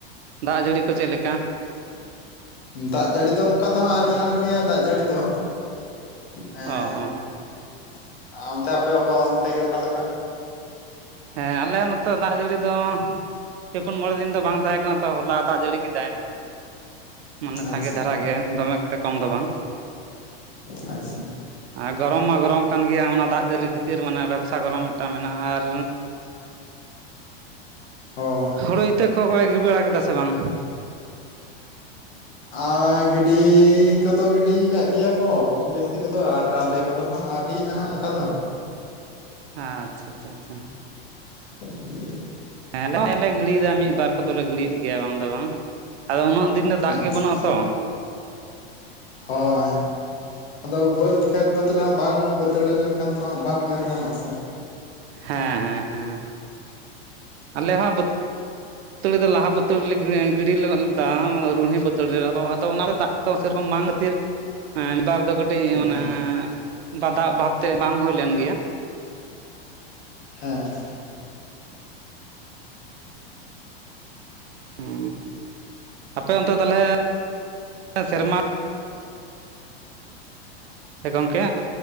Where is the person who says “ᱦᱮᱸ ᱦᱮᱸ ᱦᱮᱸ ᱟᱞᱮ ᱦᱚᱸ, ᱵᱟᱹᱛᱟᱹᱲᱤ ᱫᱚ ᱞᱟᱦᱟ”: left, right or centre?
Right